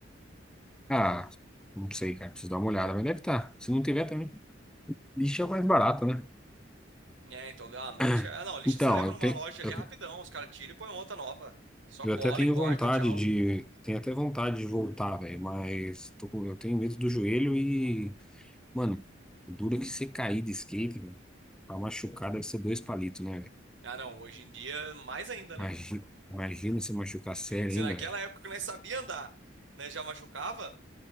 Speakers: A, in the centre; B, on the right.
A: Ah, não sei, cara, preciso dar uma olhada, mas deve estar. Se não tiver também, lixo é o mais barato, né?
B: É, então, ah, mas
A: <clears throat>
B: lixa, ah, não, lixa
A: Então,
B: você leva
A: eu
B: numa
A: tenho,
B: loja ali
A: eu,
B: rapidão, os caras tiram e põem outra nova. Só
A: eu
B: cola
A: até tenho
B: e corta
A: vontade
B: e tchau.
A: de, tenho até vontade de voltar, velho, mas tô com- eu tenho medo do joelho e, mano, dura que você cair de skate, velho. Pra machucar deve ser dois palitos, né, velho?
B: Ah, não, hoje em dia mais ainda, né?
A: Imagina, imagina se machucar sério
B: Se
A: ainda,
B: naquela
A: velho.
B: época que nós sabia andar, né, já machucava,